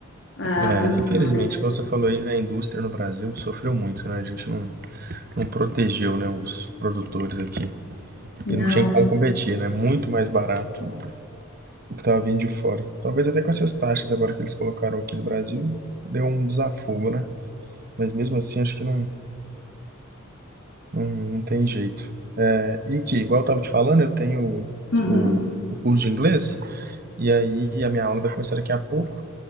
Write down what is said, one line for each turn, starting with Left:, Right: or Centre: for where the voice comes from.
Left: ah,
Right: É,
Left: a minha
Right: infelizmente,
Left: área.
Right: igual você falou aí, né, a indústria no Brasil sofreu muito, né? A gente não, não protegeu, né, os produtores aqui.
Left: Não.
Right: E não tinha como competir, né? Muito mais barato o que estava vindo de fora. Talvez até com essas taxas agora que eles colocaram aqui no Brasil, deu um desafogo, né? Mas mesmo assim, acho que não, não, não tem jeito. É, e aqui, igual eu estava te falando, eu tenho
Left: Uhum.
Right: o, o curso de inglês, e aí a minha aula vai começar daqui a pouco.